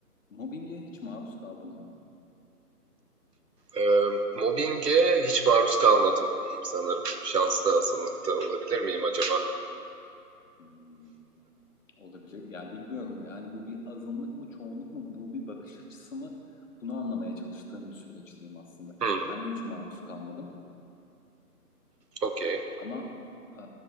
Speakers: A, on the left (about 55°); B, on the right (about 80°).
A: mobbinge hiç maruz kaldın mı?
B: Ee, mobbinge hiç maruz kalmadım sanırım. Şanslı azınlıkta olabilir miyim acaba?
A: Hmm, olabilir. Yani bilmiyorum. Yani bu bir azınlık mı, çoğunluk mu? Bu bir bakış açısı mı? Bunu anlamaya çalıştığım bir süreçteyim aslında.
B: Hmm,
A: Ben de hiç maruz kalmadım.
B: okey.
A: Ama e,